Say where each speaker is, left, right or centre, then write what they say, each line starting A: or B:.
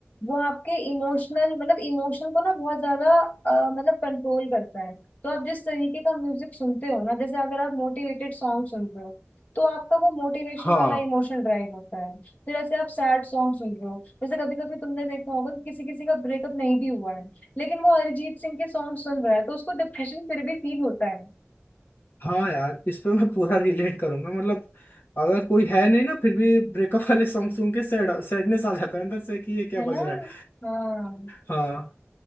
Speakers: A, on the left (about 35°); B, on the left (about 55°).
A: वो आपके इमोशनल मतलब इमोशन को ना बहुत ज्यादा अ, मतलब कंट्रोल करता है तो आप जिस तरीके का म्यूजिक सुनते हो ना जैसे अगर आप मोटिवेटेड सॉन्ग सुनते हो तो आपका वो मोटिवेशन
B: हाँ
A: वाला इमोशन ड्राइव होता है फिर ऐसे आप सैड सॉन्ग सुन रहे हो जैसे कभी कभी तुमने देखा होगा कि किसी किसी का ब्रेकअप नहीं भी हुआ है लेकिन वो अरिजीत सिंह के सॉन्ग सुन रहा है तो उसको डिप्रेशन फिर भी फील होता है
B: हाँ यार इस पे मैं पूरा रिलेट करूंगा मतलब अगर कोई है नहीं ना फिर भी ब्रेकअप वाले सॉन्ग सुन के सैड सैडनेस आ जाता है अंदर से कि ये क्या
A: है
B: बज
A: ना
B: रहा है
A: हाँ
B: हाँ